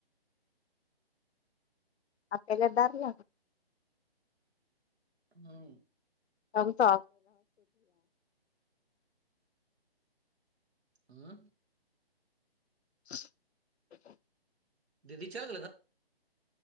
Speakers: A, on the left (about 85°); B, on the right (about 80°).
A: اپی ل ڈا رہ ل
B: ہاں
A: ہم تو
B: ھم
A: <unintelligible>
B: دیدی چل